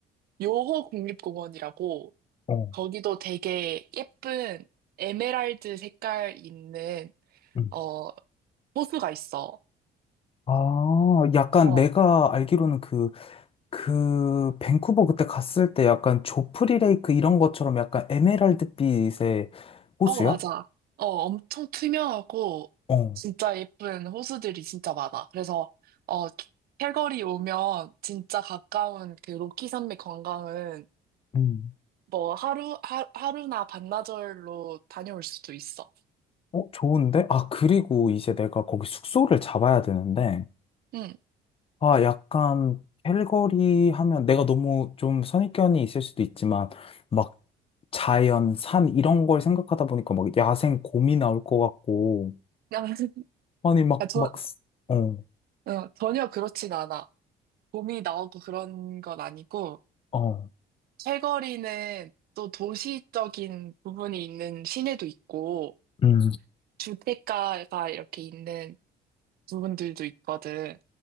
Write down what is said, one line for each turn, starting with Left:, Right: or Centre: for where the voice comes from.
Right: 요호 국립공원이라고
Left: 어,
Right: 거기도 되게 예쁜 에메랄드 색깔 있는
Left: 음.
Right: 어 호수가 있어.
Left: 아, 약간
Right: 어,
Left: 내가 알기로는 그 그 밴쿠버 그때 갔을 때 약간 조프리 레이크 이런 것처럼 약간 에메랄드빛의 호수야?
Right: 어, 맞아. 어, 엄청 투명하고
Left: 어.
Right: 진짜 예쁜 호수들이 진짜 많아. 그래서 어, calgary 오면 진짜 가까운 그 로키 산맥 관광은
Left: 음.
Right: 뭐 하루 하, 하루나 반나절로 다녀올 수도 있어.
Left: 어, 좋은데? 아, 그리고 이제 내가 거기 숙소를 잡아야 되는데,
Right: 응.
Left: 아, 약간, 캘거리 하면 내가 너무 좀 선입견이 있을 수도 있지만, 막, 자연, 산, 이런 걸 생각하다 보니까 막 야생 곰이 나올 것 같고,
Right: 그냥 <laughs>
Left: 아니, 막,
Right: 그러니까 저,
Left: 막, 쓰- 어,
Right: 어, 전혀 그렇진 않아. 봄이 나오고 그런 건 아니고
Left: 어,
Right: 캘거리는 또 도시적인 부분이 있는 시내도 있고
Left: 음.
Right: 주택가가 이렇게 있는 부분들도 있거든.